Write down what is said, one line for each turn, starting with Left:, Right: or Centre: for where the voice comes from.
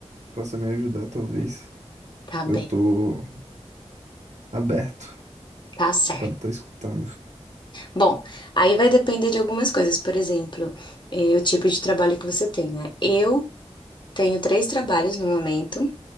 Right: possa me ajudar, talvez.
Left: tá bem.
Right: Eu tô aberto
Left: Tá certo.
Right: para estar escutando.
Left: Bom, aí vai depender de algumas coisas, por exemplo, eh, o tipo de trabalho que você tem, né? Eu Tenho três trabalhos no momento,